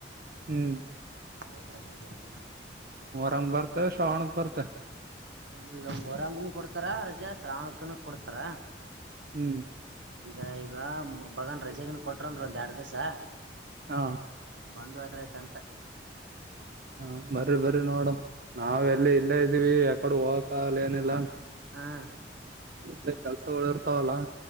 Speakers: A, on the right (about 50°); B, on the right (about 85°).
A: ಹ್ಮ್
B: ಕೊಟಾರ ಅಂದ್ರ ಬರಬುಟ್ಟ
A: ವರಂಗ ಬರ್ತೆ ಶ್ರಾವಣಕ್ ಬರ್ತೆ
B: ಗ ಮೋರಂಗನು ಕೊಡ್ತಾರ, ರಜಾ ಶ್ರಾವಣಕನ ಕೊಡ್ತಾರ,
A: ಹ್ಮ್
B: ಈಗ ಈಗ ಬಗನ್ ರಜೆಗನ್ ಕೊಟ್ರನ್ ಒಂದ್ ಎರಡ್ ದಿವ್ಸ
A: ಹಾ,
B: ಬಂದು ಹೋದ್ರಾತಂತ.
A: ಹ ಬರಿ, ಬರಿ ನೋಡಮ್, ನಾವ್
B: ಹಾ
A: ಎಲ್ಲಿ ಇಲ್ಲೇ ಇದ್ದೀವಿ. ಕೊಡುವ ಕಾಲ ಏನಿಲ್ಲ <unintelligible>
B: ಹಾಂ
A: ಇಲ್ಲ ಕೆಲ್ಸಗಳುಇರ್ತಾವಲ್ಲಾ,